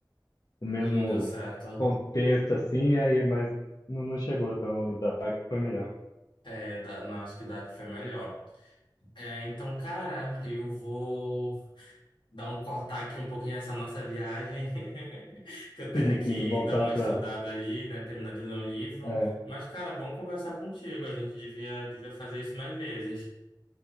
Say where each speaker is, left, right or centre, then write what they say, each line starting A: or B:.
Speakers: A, on the left (about 50°); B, on the left (about 85°).
A: o mesmo
B: e não deu certo.
A: contexto assim, aí, mas não, não chegou, então o Dark foi melhor.
B: É, da- não acho que Dark foi melhor. É, então, cara, eu vou dar um cortar aqui um pouquinho nessa nossa viagem. <laughs>
A: <laughs>
B: Que eu tenho
A: Sim,
B: que
A: sim, voltar
B: dar uma
A: pra.
B: estudada ali, né? Terminar de ler um livro.
A: É.
B: Mas, cara, bom conversar contigo. A gente devia, devia fazer isso mais vezes.